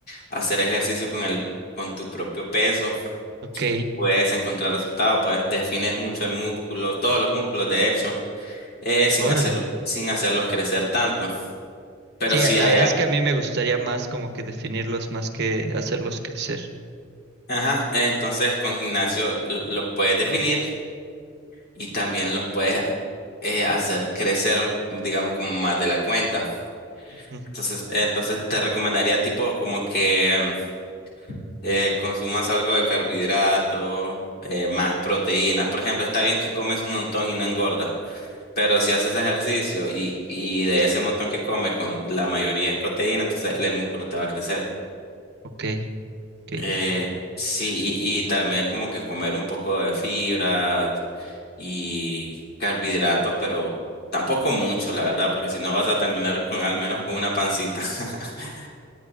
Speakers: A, on the left (about 50°); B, on the right (about 50°).
A: hacer ejercicio con el, con tu propio peso.
B: ok,
A: Puedes encontrar resultados, puedes defines mucho el músculo, todos los músculos, de hecho, eh, sin
B: órale.
A: hacerlo, sin hacerlos crecer tanto. Pero
B: Sí,
A: si
B: la
A: hay,
B: verdad
A: ac-
B: es que a mí me gustaría más como que definirlos más que hacerlos crecer.
A: ajá, entonces con gimnasio l- los puedes definir y también los puedes eh, hacer crecer, digamos, como más de la cuenta.
B: Ujú,
A: Entonces, entonces te recomendaría tipo como que eh, consumas algo de carbohidratos, eh, más proteínas. Por ejemplo, está bien que comes un montón y no engordas, pero si haces ejercicio y, y de ese montón que comes, con la mayoría es proteína, entonces el músculo te va a crecer.
B: Ok, ok.
A: Eh, sí, y, y también como que comer un poco de fibra y carbohidratos, pero tampoco mucho, la verdad, porque si no vas a terminar con al menos con una pancita. <laughs>